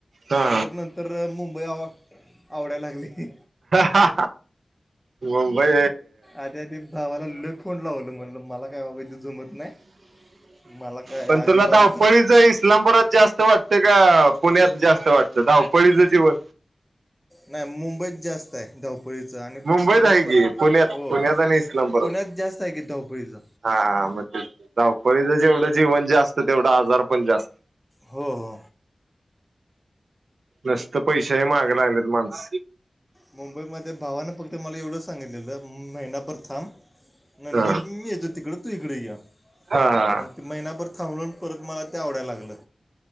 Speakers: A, on the right; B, in the centre.
A: हा
B: नंतर नंतर मुंबई आव आवडायला लागली
A: हा मुंबई
B: आधी आधी भावाला लुक फोन लावल म्हणल मला काय बाबायच जमत नाही मला काय
A: पण
B: अजिबात
A: तुला धपळीच
B: इथं
A: इस्लामपुरात जास्त वाटत का पुण्यात जास्त वाटतं धावपळीचं जीवन
B: नाही मुंबईत जास्त आहे धा धपळीचं आणि
A: मुंबईत
B: पुण्यात पण
A: की
B: आहे
A: पुण्यात
B: हो
A: पुण्यात आणि इस्लामपुरात
B: पुण्यात जास्त आहे की धवपळीचं
A: हा मग ते वपळीचं जेवढं जीवन जास्त तेवढा आजार पण जास्त
B: हो हो
A: नसत पैशही मागला आणलेत माणस
B: मुंबईमध्येध्ये भावानं फक्त मला एवढं सांगितलेलं मेनाभर थांब नंतर
A: हा
B: मी येतो तिकड तू इकडे ये
A: हा हा
B: मग ते महिनाभर थांबलं परत मला ते आवडायला लागलं